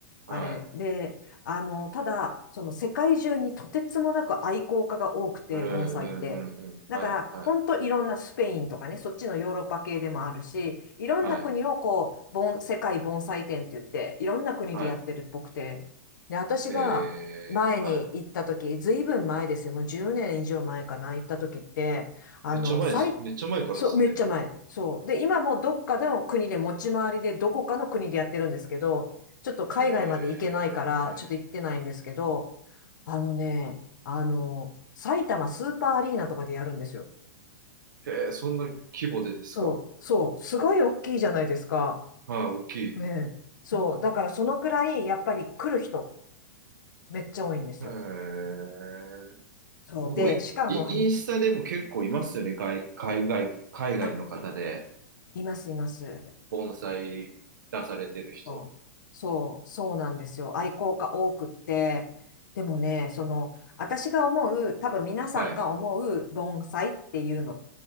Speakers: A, on the right (about 80°); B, on the left (about 75°).
A: はい、
B: あれ。で、あの、ただ、その世界中にとてつもなく愛好家が多くて、
A: うん、
B: 盆栽って。
A: うん、うん、うん、
B: だから、
A: はい、はい、
B: ほんといろんなスペインとかね、そっちのヨーロッパ系でもあるし、いろんな国をこう、
A: はい、
B: 盆、世界盆栽展って言って、いろんな国でやってるっぽくて。
A: は
B: で、私が前に行った時、
A: い、えー、はい。
B: ずいぶん前ですよ。もう10年以上前かな、行った時って、あの、
A: めっちゃ前です、
B: 最
A: めっちゃ前からですね。
B: そう、めっちゃ前。そう。で、今もどっかの国で持ち回りで、どこかの国でやってるんですけど、ちょっと海外まで行けないから、
A: え
B: ちょっと行ってないんですけど、あのね、あの、埼玉スーパーアリーナとかでやるんですよ。
A: ー、へーそんな規模でですか。
B: そう、そう、すごい大きいじゃないですか。
A: はい、大きい。
B: ねえ。そう、だからそのくらい、やっぱり来る人、めっちゃ多いんですよ。
A: えー、
B: そう、
A: 僕もイ、
B: で、しかも、
A: イインスタでも結構いますよね、海、海外、海外の方で、
B: <laughs> あ、います、います。
A: 盆栽出されてる人。
B: そう、そうそうなんですよ。愛好家多くって。でもね、その、私が思う、多分皆さんが思う盆栽っていうの
A: はい、